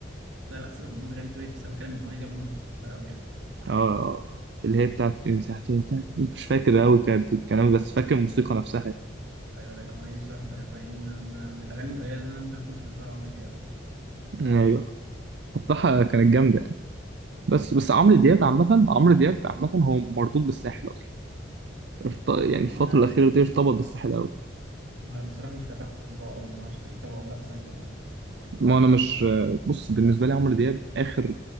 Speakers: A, on the right; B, on the right.
A: لا لا سيبك من إن هو بيغني تقول إيه، بس انا بتكلم من الاغنيه دي عموما بحبها قوي يعني
B: اه آه. اللي هي بتاعت إن ساعتين تاني. مش فاكر قوي كانت الكلام بس فاكر
A: ايوه
B: الموسيقى نفسها
A: ايوه لا الاغنيه دي بصراحه بحبها يعني من, من من الاغاني القليله اللي انا ممكن اكون بحبها عمرو دياب
B: يعني ايوه الصراحه كانت جامده بس بس عمرو
A: أو
B: دياب
A: دي
B: عامة عمرو
A: دي-
B: دياب عامة هو مربوط بالساحل أصلا ارت- يعني الفترة
A: يعني
B: الأخيرة دي ارتبط بالساحل أوي
A: ما بصراحه مش بتابعه قوي ما اعرفش انت بتتابعه ولا لا بس انا بتابعه
B: ما أنا مش بص بالنسبة لي عمرو دياب آخر